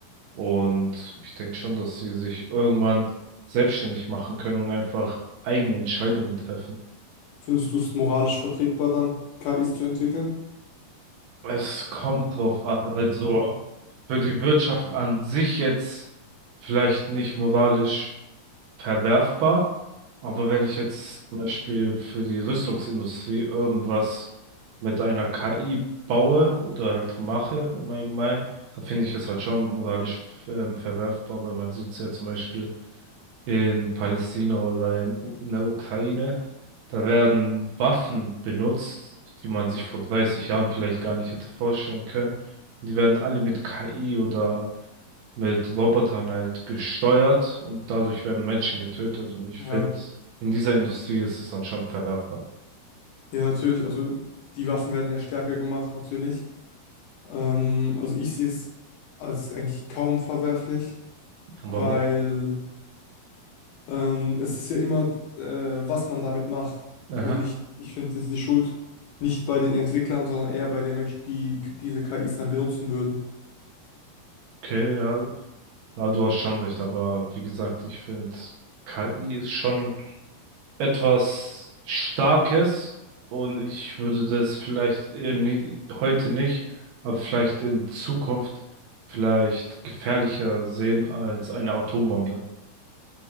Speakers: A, on the right; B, on the left.
A: Und ich denke schon, dass sie sich irgendwann selbstständig machen können und einfach eigene Entscheidungen treffen.
B: Findest du es moralisch vertretbar dann, KIs zu entwickeln?
A: Es kommt drauf an. Also, für die Wirtschaft an sich jetzt vielleicht nicht moralisch verwerfbar, aber wenn ich jetzt zum Beispiel für die Rüstungsindustrie irgendwas mit einer KI baue oder halt mache im Allgemeinen, dann finde ich es halt schon moralisch ähm, verwerfbar, weil man sieht es ja zum Beispiel in Palästina oder in, U- in der Ukraine, da werden Waffen benutzt, die man sich vor 30 Jahren vielleicht gar nicht hätte vorstellen können. Die werden alle mit KI oder mit Robotern halt gesteuert und dadurch werden Menschen getötet. Und ich
B: Ja,
A: finde, in dieser Industrie ist es dann schon verwerfbar.
B: ja, natürlich. Also die Waffen werden ja stärker gemacht, natürlich. Ähm, also ich sehe es als eigentlich kaum verwerflich,
A: Aber
B: weil
A: wo?
B: Ähm, es ist ja immer, äh, was man damit macht.
A: Aha.
B: Und nicht, ich finde, es ist die Schuld nicht bei den Entwicklern, sondern eher bei den Menschen, die, die diese KIs dann benutzen würden.
A: Okay, ja. Ja, du hast schon recht, aber wie gesagt, ich finde, KI ist schon etwas Starkes und ich würde das vielleicht eher heute nicht, aber vielleicht in Zukunft vielleicht gefährlicher sehen als eine Atombombe.